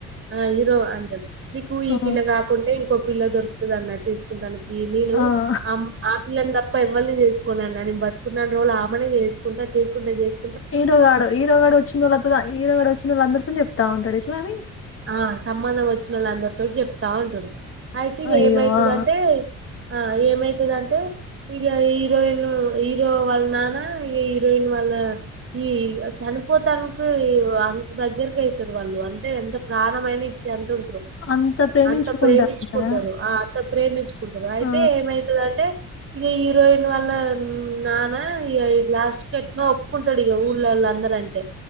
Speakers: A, on the right; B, on the left.
A: ఆ హిరో అంటడు నీకు ఈ
B: ఆ!
A: పిల్ల కాకుంటే ఇంకో పిల్ల దొరుకుతదన్న చేసుకోడాానికి నేను
B: ఆ!
A: ఆ పిల్లని తప్ప ఎవ్వల్ని చేసుకోన్నా నేను బతుకున్న రోజులు ఆమేనే చేసుకుంటా చేసుకుంటే చేస్
B: హీరోగాడు హీరోగాడు వచ్చిన వాళ్ళతో హిరోగాడు వచ్చిన వాళ్ళ అందరితో చెప్తా ఉంటాడ ఇట్లా అని
A: ఆ సంబంధం వచ్చిన వాళ్ళు అందరితోటి చెప్తా ఉంటాడు అయితే ఇగ
B: అయ్యో
A: ఏమైతదంటే
B: ఆ
A: ఆ ఏమైతదంటే ఇగ హీరోయిన్ హీరో వాళ్ళ నాన హీరోయిన్ వాళ్ళ ఈ చనిపోతానికి అంత దగ్గరకి అయితారు వాళ్ళు అంటే ఎంత ప్రాణమైన ఇచ్చే అంత ఉంటారు
B: అంత ప్రేమించుకుంటాంటారా
A: అంత ప్రేమించుకుంటారు ఆ అంత ప్రేమించుకుంటారు అయితే
B: ఆ
A: ఏమైతదంటే ఇగ హీరోయిన్ వల్ల నానా ఇగ లాస్ట్ కెట్నో ఒప్పుకుంటాడు ఇగ ఊళ్ళలో రంటే